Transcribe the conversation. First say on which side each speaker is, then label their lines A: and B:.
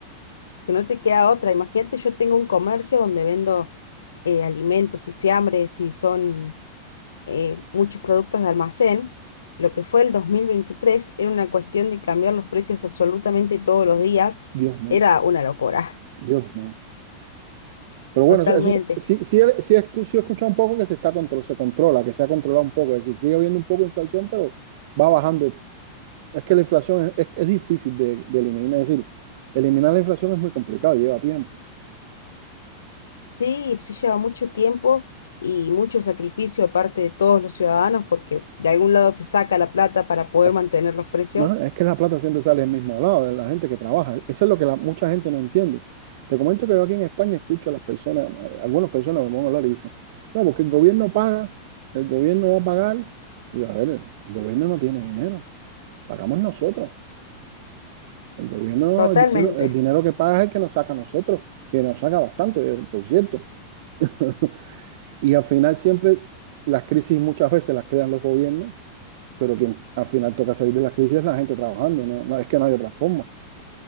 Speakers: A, on the left; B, on the right.
A: que no te queda otra. Imagínate, yo tengo un comercio donde vendo eh, alimentos y fiambres y son eh, muchos productos de almacén. Lo que fue el 2023 era una cuestión de cambiar los precios absolutamente todos los días.
B: Dios mío,
A: Era una locura,
B: Dios mío. Pero
A: <laughs> totalmente.
B: bueno, eso, eso sí, sí, he- sí, he escu- sí he escuchado un poco que se está contro- se controla, que se ha controlado un poco. Es decir, sigue habiendo un poco de inflación, pero va bajando. Es que la inflación es, es- es difícil de, de eliminar. Es decir, eliminar la inflación es muy complicado, lleva tiempo.
A: Sí, sí lleva mucho tiempo y mucho sacrificio de parte de todos los ciudadanos porque de algún lado se saca la plata para poder
B: Es,
A: mantener los precios.
B: no, no, es que la plata siempre sale del mismo lado, de la gente que trabaja. Eso es lo que la- mucha gente no entiende. Te comento que yo aquí en España escucho a las personas, a algunas personas me pongo a hablar y dicen, no, porque el gobierno paga, el gobierno va a pagar. Y yo, a ver, el gobierno no tiene dinero, pagamos nosotros. El gobierno,
A: Totalmente.
B: el dinero, el dinero que paga es el que nos saca a nosotros, que nos saca bastante, eh, por cierto. <laughs> Y al final siempre las crisis muchas veces las crean los gobiernos, pero quien al final toca salir de las crisis es la gente trabajando, no, no es que no hay otra forma.